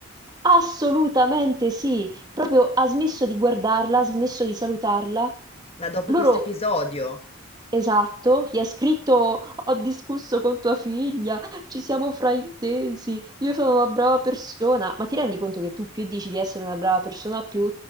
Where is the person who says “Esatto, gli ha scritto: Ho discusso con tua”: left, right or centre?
Right